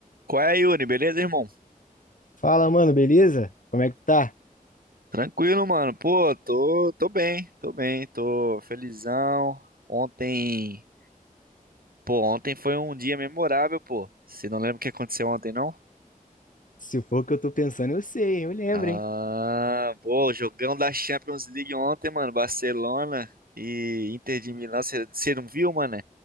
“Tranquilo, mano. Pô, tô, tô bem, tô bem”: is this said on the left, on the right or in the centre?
Right